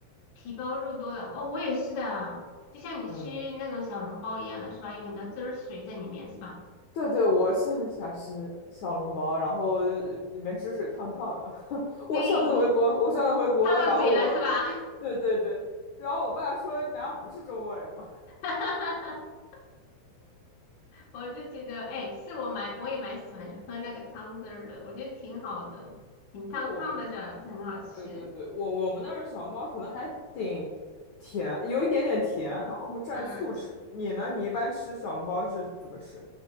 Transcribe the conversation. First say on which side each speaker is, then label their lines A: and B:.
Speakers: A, on the left; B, on the left.
A: 皮包肉多的哦，我也是的啊，就像你吃那种小笼包一样的是吧？
B: 嗯，
A: 有很多汁儿水在里面是吧？
B: 对对，我是很喜欢吃小笼包，然后里面汁水烫烫的。<laughs> 我上次回国，
A: 对，
B: 我上次回国，
A: 烫到嘴了是吧？
B: 然后我，对对对，然后我爸说你难道不是中国人吗？<laughs>
A: <laughs> 我就觉得，哎，其实我蛮我也蛮喜欢喝那个汤汁儿的，我觉得挺好的，挺烫烫的着就很好吃。
B: 对我们对对对，我我们那儿的小笼包可能还挺甜，有一点点甜，然后我们蘸醋吃。
A: 嗯，
B: 你呢？你一般吃小笼包是怎么吃？